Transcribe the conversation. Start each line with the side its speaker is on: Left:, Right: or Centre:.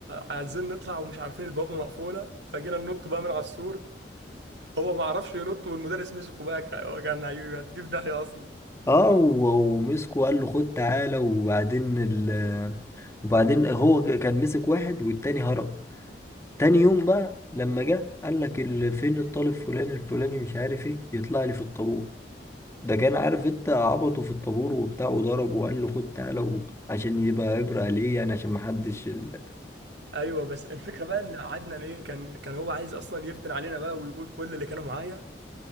Right: عايزين نطلع ومش عارفين البوابه مقفوله فجينا ننط بقى من على السور هو ما عرفش ينط والمدرس مسكه بقى ك- كان هيوديه في داهيه اصلا
Left: اه و- ومسكه وقال له خد تعالى وبعدين ال... وبعدين هو كان مسك واحد والتاني هرب تاني يوم بقى لما جه قال لك ال- فين الطالب فلان الفلاني مش عارف ايه يطلع لي في الطابور ده كان عارف انت عبطه في الطابور وبتاع وضربه وقال له خد تعالى و- عشان يبقى عبرة ليه يعني عشان ما حدش ال...
Right: ايوه بس الفكره بقى ان عدنان ايه كان كان هو عايز اصلا يفتن علينا بقى ويقول كل اللي كانوا معايا